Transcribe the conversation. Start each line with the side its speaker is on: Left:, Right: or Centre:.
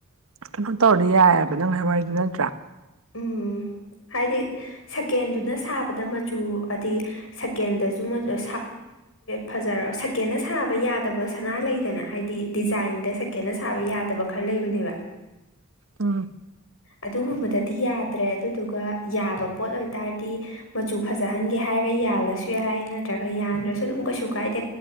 Right: ꯀꯩꯅꯣ ꯇꯧꯔꯗꯤ ꯌꯥꯏꯑꯕ ꯅꯪ ꯍꯥꯏꯥꯏꯋꯥꯏꯗꯨ ꯅꯠꯇ꯭ꯔꯥ
Left: ꯎꯝ ꯍꯥꯏꯗꯤ ꯁꯀꯦꯟꯗꯨꯅ ꯁꯥꯕꯗ ꯃꯆꯨ ꯍꯥꯏꯗꯤ ꯁꯀꯦꯟꯗꯁꯨꯕꯗ ꯐ ꯌꯥ ꯁꯅꯥꯅ ꯍꯥꯏꯗꯤ ꯗꯤꯥꯏꯟ ꯌꯥꯗꯕ ꯈꯔ ꯂꯩꯕꯅꯦꯕ
Right: ꯑꯝ
Left: ꯑꯗꯨꯒꯨꯝꯕꯗꯗꯤ ꯌꯥꯗ꯭ꯔꯦ ꯑꯗꯨꯗꯨ ꯑꯗꯨꯒ ꯌꯥꯕ ꯄꯣ ꯑꯣꯏꯇꯥꯔꯗꯤ ꯃꯆꯨ ꯐꯖꯍꯟꯒꯦ ꯍꯥꯏꯔ ꯌꯥꯜꯂꯁꯨ ꯌꯥꯏ ꯅꯠꯇ꯭ꯔꯒ ꯌꯥ ꯁꯨ ꯑꯗꯨꯝ ꯀꯩꯁꯨ ꯀꯥꯏꯗꯦ